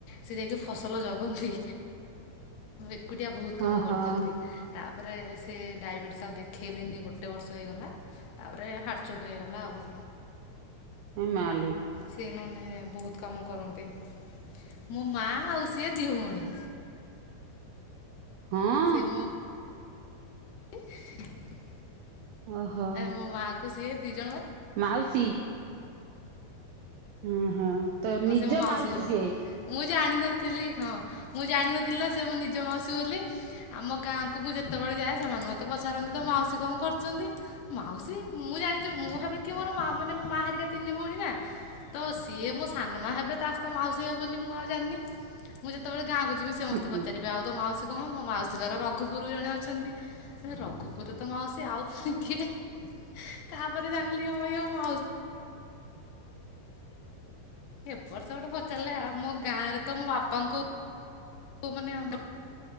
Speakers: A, on the left (about 80°); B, on the right (about 85°).
A: ସେ ଯାଇକି ଫସଲ ଜଗନ୍ତି। ଏକୁଟିଆ ବହୁତ କାମ
B: ଓହୋ।
A: କରିଦିଅନ୍ତି। ତାପରେ ସେ ଡାଇବେଟିସ୍ ଆଉ ଦେଖେଇଲେନି ଗୋଟେ ବର୍ଷ ହେଇଗଲା। ତାପରେ ହାଟଚୋକ୍ ହେଇଗଲା ଆଉ।
B: ଏ ମାଲୋ
A: ସେ ନନେ ବହୁତ କାମ କରନ୍ତି। ମୋ ମା ଆଉ ସିଏ ଦି ଭଉଣୀ।
B: ହଁ।
A: ମୁଁ <unintelligible>
B: ଓହୋ
A: ମୋ ମା କୁ ସିିଏ ଦି ଜଣ
B: ମାଉସୀ ହ ହଁ ତ ନିଜ
A: ହଁ ସେ ମୋ
B: ମାଉସୀ
A: ହେବେ।
B: ସିଏ?
A: ମୁଁ ଜାଣିନଥିଲି ହଁ ମୁଁ ଜାଣିନଥିଲି ନା ସେ ମୋ ନିଜ ମାଉସୀ ବୋଲି। ଆମ ଗାଁକୁ ମୁଁ ଯେତେବେଳେ ଯାଏ ସେମାନେ ମତେ ପଚାରନ୍ତି ତୋ ମାଉସୀ କଣ କରୁଛନ୍ତି? ମାଉସୀ ମୁଁ ଜାଣିଚି ମୁଁ ଭାବେ କି ମୋର ମା ମାନେ ମୋ ମା ହରିକା ତିନି ଭଉଣୀ ନା ତ ସିଏ ମୋ ସାନମା ହେବେ ତା ସହିତ ମାଉସୀ ହେବେ ବୋଲି ମୁଁ ଆଉ ଜାଣିନି ମୁଁ ଯେତେବେଳେ ଗାଁକୁ ଯିବି ସି ସମସ୍ତେ
B: ହୁଁ ହୁଁ
A: ପଚାରିବେ ଆଉ ତୋ ମାଉସ କଣ ମୋ ମାଉସୀ ଘର ରଘୁପୁର ଜଣେ ଅଛନ୍ତି ରଘୁପୁରରେ ତ ମାଉସୀ ଆଉ ପୁଣି କିଏ? ତାପରେ ଜାଣିଲି ହଁ ଇଏ ମୋ ମାଉସୀ। ଏପଟ ସେପଟ ପଚାରିଲେ ଆଉ ମୋ ଗାଁ ରେ ତ ମୋ ବାପାଙ୍କୁ ଙ୍କୁ ମାନେ ଆମ